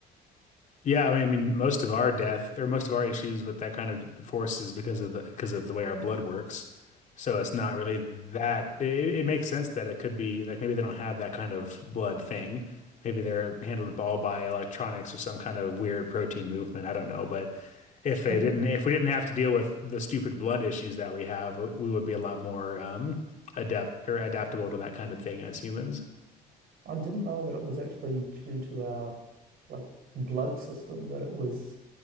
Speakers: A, on the left (about 50°); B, on the right (about 65°).
A: Yeah, I mean, I mean, most of our death or most of our issues with that kind of force is because of the because of the way our blood works. So it's not really that. It, it it makes sense that it could be like maybe they don't have that kind of blood thing. Maybe they're handled all by electronics or some kind of weird protein movement. I don't know, but if they
B: <laughs>
A: didn't, if we didn't have to deal with the stupid blood issues that we have, we would be a lot more um, adept or adaptable to that kind of thing as humans.
B: I didn't know that it was actually due to our like blood system that it was